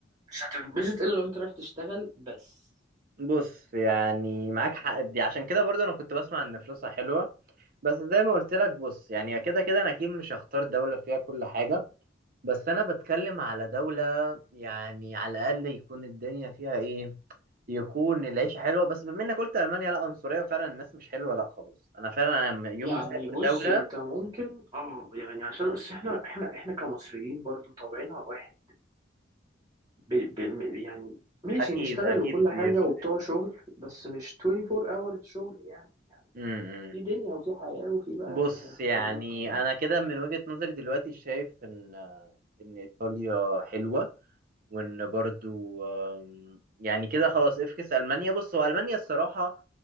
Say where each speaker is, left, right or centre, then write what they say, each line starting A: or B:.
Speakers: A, on the right; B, on the right.
A: مش هتتبسط إلا لو أنت رايح تشتغل بس
B: بص يعني معاك حق في دي عشان كده برضو انا كنت بسمع ان فلوسها حلوه بس زي ما قلت لك بص يعني كده كده انا اكيد مش هختار دوله فيها كل حاجه بس انا بتكلم على دوله يعني على الاقل يكون الدنيا فيها ايه يكون العيشه حلوه بس بما انك قلت المانيا لا عنصريه وفعلا الناس مش حلوه لا خلاص انا فعلا لما- يوم
A: يعني
B: ما اسافر
A: بص
B: دوله
A: أنت ممكن آه يعني عشان بس إحنا إحنا إحنا كمصريين برضو طبعنا واحد ب... ب... يعني ماشي
B: اكيد
A: نشتغل
B: اكيد
A: وكل
B: بيفرق
A: حاجة وبتوع شغل بس مش 24 hours شغل يعني
B: امم
A: في دنيا وفي حياة وفي بقى
B: بص يعني
A: خروج فاهم
B: انا كده من وجهه نظري دلوقتي شايف ان ان ايطاليا حلوه وان برضو آم، يعني كده خلاص افكس المانيا بص هو المانيا الصراحه